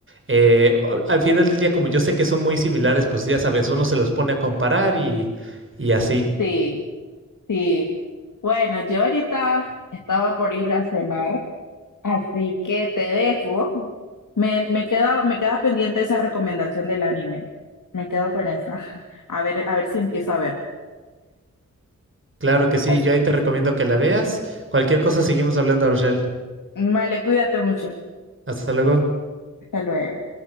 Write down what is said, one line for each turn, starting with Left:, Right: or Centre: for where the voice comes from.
Right: eh, a- al final del día, como yo sé que son muy similares, pues ya sabes, uno se los pone a comparar y, y así.
Left: Sí, sí. Bueno, yo ahorita estaba por ir a cenar, así que te dejo. Me, me queda, me queda pendiente esa recomendación del anime. Me quedo con esa. <laughs> A ver, a ver si empiezo a verlo.
Right: Claro que sí,
Left: Así-
Right: yo ahí te recomiendo que la veas. Cualquier cosa seguimos hablando, Rochelle.
Left: Vale, cuídate mucho.
Right: Hasta luego.
Left: Hasta luego.